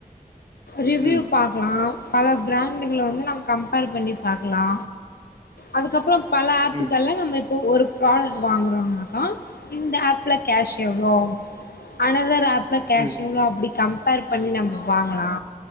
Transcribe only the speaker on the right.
ம்
ம்
ம்